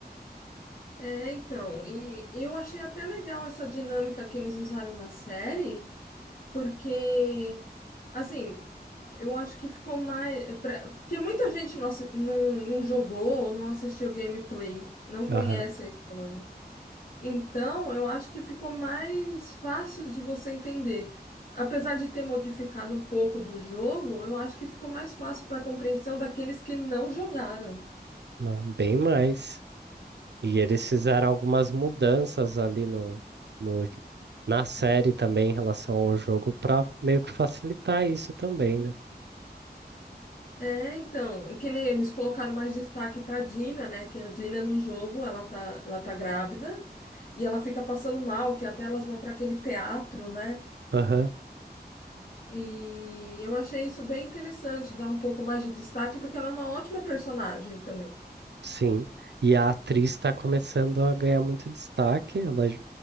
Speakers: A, on the left (about 55°); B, on the right (about 85°).
A: É, então, e eu achei até legal essa dinâmica que eles usaram na série, porque, assim, Eu acho que ficou mais. pra- Porque muita gente não, assi- não, não jogou, não assistiu gameplay, não conhece
B: Aham.
A: a história. Então, eu acho que ficou mais fácil de você entender. Apesar de ter modificado um pouco do jogo, eu acho que ficou mais fácil para compreensão daqueles que não jogaram.
B: Não, bem mais. E eles fizeram algumas mudanças ali no, no, na série também em relação ao jogo para meio que facilitar isso também, né?
A: É, então, que nem eles colocaram mais destaque para Dina, né? Que a Dina no jogo, ela tá, ela tá grávida e ela fica passando mal, que até elas vão para aquele teatro, né?
B: Aham,
A: E eu achei isso bem interessante, dar um pouco mais de destaque, porque ela é uma ótima personagem também.
B: sim. E a atriz está começando a ganhar muito destaque. Ela, j-